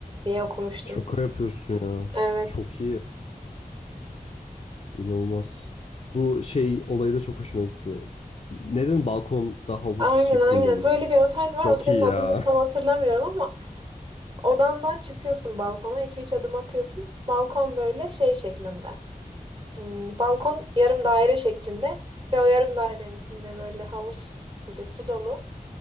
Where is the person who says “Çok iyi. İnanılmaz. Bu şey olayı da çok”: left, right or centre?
Left